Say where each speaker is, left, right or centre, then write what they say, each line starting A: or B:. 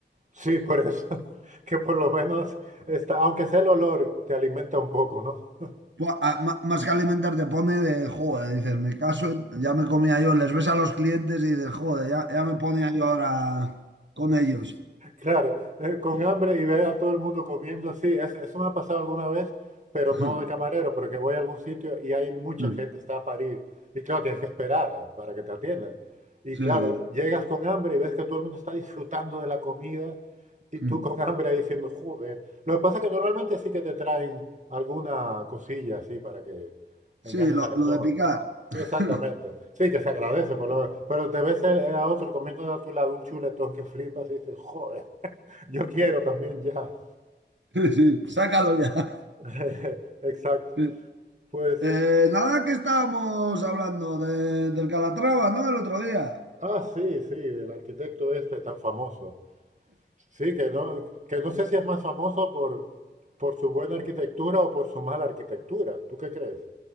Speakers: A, on the right (about 40°); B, on the right (about 85°).
A: Sí, por eso, <laughs> que por lo menos está, aunque sea el olor te alimenta un poco, ¿no?
B: Buah, a- ma- Más que alimentar te pone de, joder, dices, mi caso, ya me comía yo, les ves a los clientes y dices, joder, ya, ya me ponía yo ahora con ellos.
A: Claro, eh, con hambre y ver a todo el mundo comiendo, sí, es- eso me ha pasado alguna vez, pero
B: <laughs>
A: no de camarero, pero que voy a algún sitio y hay mucha
B: Mm,
A: gente, está a parir, y claro, tienes que esperar a- para que te atiendan. Y
B: Sí,
A: claro,
B: sí.
A: llegas con hambre y ves que todo el mundo está disfrutando de la comida y tú
B: Mm.
A: con hambre ahí diciendo, joder. Lo que pasa es que normalmente sí que te traen alguna cosilla así para que engañes
B: Sí, lo,
A: al estómago.
B: lo de picar. <laughs>
A: Exactamente, sí que se agradece, por lo menos, pero te ves el- a otro comiendo a tu lado un chuletón que flipas y dices, joder. Yo quiero también ya.
B: Sí, sí, sácalo ya. <laughs>
A: <laughs> Exacto.
B: Sí.
A: Pues,
B: Eh, nada que estábamos hablando de- del Calatrava, ¿no? El otro día.
A: ah, sí, sí, el arquitecto este tan famoso. Sí, que no, que no sé si es más famoso por, por su buena arquitectura o por su mala arquitectura. ¿Tú qué crees?